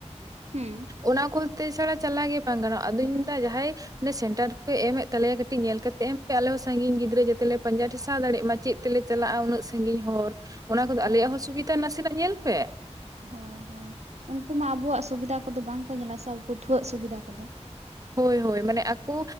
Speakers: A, on the right; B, on the right.
A: ᱦᱩᱸ ᱾
B: ᱚᱱᱟ ᱠᱚᱞᱛᱮ ᱪᱷᱟᱲᱟ ᱪᱟᱞᱟᱣ ᱜᱮ ᱵᱟᱝ ᱜᱟᱱᱚᱜᱼᱟ, ᱟᱫᱚᱧ ᱢᱮᱱᱫᱟ ᱡᱟᱦᱟᱸᱭᱼᱼ ᱚᱱᱮ ᱥᱮᱱᱴᱟᱨ ᱯᱮ ᱮᱢᱮᱫ ᱛᱟᱞᱮᱭᱟ ᱠᱟᱹᱴᱤᱡ ᱧᱮᱞ ᱠᱟᱛᱮᱫ ᱮᱢ ᱯᱮ ᱟᱞᱮ ᱦᱚᱸ ᱥᱟᱺᱜᱤᱧ ᱜᱤᱫᱽᱨᱟᱹ ᱡᱟᱛᱮ ᱞᱮ ᱯᱟᱸᱡᱟ ᱴᱷᱮᱥᱟᱣ ᱫᱟᱲᱮᱜ ᱢᱟ ᱪᱮᱫᱼᱼ ᱪᱤᱠᱟᱹ ᱛᱮᱞᱮ ᱪᱟᱞᱟᱜᱼᱟ ᱩᱱᱟᱹᱜ ᱥᱟᱺᱜᱤᱧ ᱦᱚᱨ, ᱚᱱᱟ ᱠᱚᱫᱚ
A: ᱦᱳᱭ
B: ᱟᱞᱮᱭᱟᱜ ᱦᱚᱸ ᱥᱩᱵᱤᱫᱟ ᱱᱟᱥᱮᱭᱟᱜ ᱧᱮᱞ ᱯᱮ ᱾
A: ᱦᱳᱭ ᱦᱳᱭ, ᱩᱱᱠᱩ ᱢᱟ ᱟᱵᱚᱣᱟᱜ ᱥᱩᱵᱤᱫᱷᱟ ᱠᱚᱫᱚ ᱵᱟᱝᱠᱚ ᱧᱮᱞᱟ ᱥᱮ ᱯᱟᱹᱴᱷᱩᱣᱟᱹᱣᱟᱜ ᱥᱩᱵᱤᱫᱷᱟ ᱠᱚᱫᱚᱼᱼ
B: ᱦᱳᱭ ᱦᱳᱭ ᱢᱟᱱᱮ ᱟᱠᱚᱼᱼ